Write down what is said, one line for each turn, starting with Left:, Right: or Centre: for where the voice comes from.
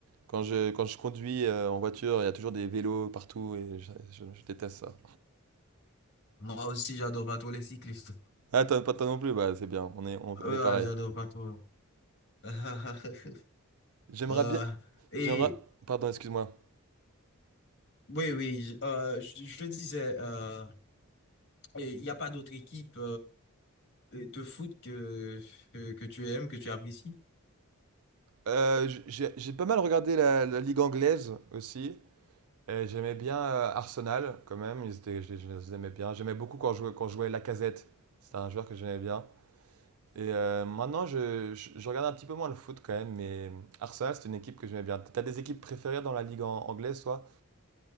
Right: Quand je, quand je conduis euh, en voiture, il y a toujours des vélos partout et je, je- je déteste ça.
Left: Moi aussi, j'adore pas trop les cyclistes.
Right: Ah, toi, pas toi non plus, bah c'est bien, on est, on,
Left: Euh,
Right: on est pareil.
Left: j'adore pas trop. <laughs>
Right: J'aimerais
Left: Euh,
Right: bien.
Left: et
Right: J'aimerais. Pardon, excuse-moi.
Left: oui, oui, je, euh, je- je disais, euh, il n'y a pas d'autre équipe euh, de foot que, que, que tu aimes, que tu apprécies?
Right: Euh, j- j'ai j'ai pas mal regardé la, la Ligue anglaise aussi. Et J'aimais bien euh, Arsenal quand même, ils étaient, je, les je les aimais bien. J'aimais beaucoup quand je jouais, quand je jouais Lacazette, c'était un joueur que j'aimais bien. Et euh, maintenant, je, je, je regarde un petit peu moins le foot quand même, mais Arsenal, c'est une équipe que j'aimais bien. T'as des équipes préférées dans la Ligue an- anglaise, toi?